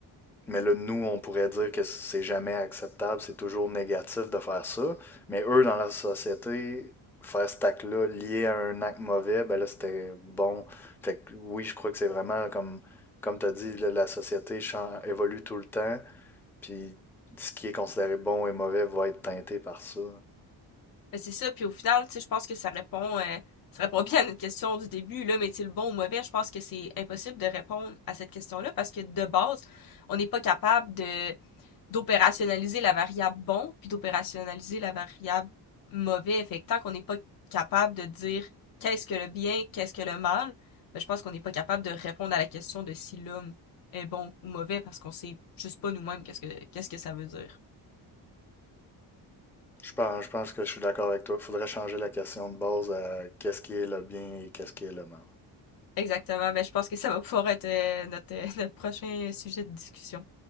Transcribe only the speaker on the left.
Ben, c'est ça, puis au final, tu sais, je pense que ça répond, euh, ça répond bien à notre question du début, l'homme est-il bon ou mauvais? Je pense que c'est impossible de répondre à cette question-là parce que de base, on n'est pas capable de d'opérationnaliser la variable bon puis d'opérationnaliser la variable mauvais. Fait que tant qu'on n'est pas capable de dire qu'est-ce que le bien, qu'est-ce que le mal, ben, je pense qu'on n'est pas capable de répondre à la question de si l'homme est bon ou mauvais parce qu'on sait juste pas nous-mêmes qu'est-ce que qu'est-ce que ça veut dire.
Exactement. Ben, je pense que ça va pouvoir être euh, notre, euh, <laughs> notre prochain sujet de discussion.